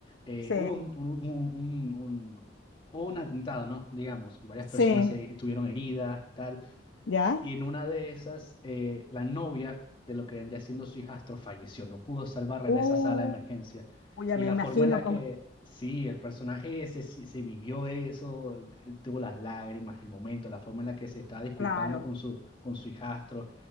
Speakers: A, on the left (about 25°); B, on the left (about 80°).
A: eh,
B: Sí.
A: hubo un, un, un, un, un- hubo un atentado, ¿no? Digamos, y varias
B: Sí,
A: personas se, estuvieron heridas y tal.
B: ¿ya?
A: Y en una de esas, eh, la novia de lo que vendría siendo su hijastro falleció, no pudo salvarla
B: Uh,
A: en esa sala de emergencia.
B: ya
A: Y
B: me
A: la
B: imagino
A: forma en la
B: cómo,
A: que, sí, el personaje ese sí se vivió eso, él tuvo las lágrimas, el momento, la forma en la que se estaba disculpando
B: claro.
A: con su, con su hijastro,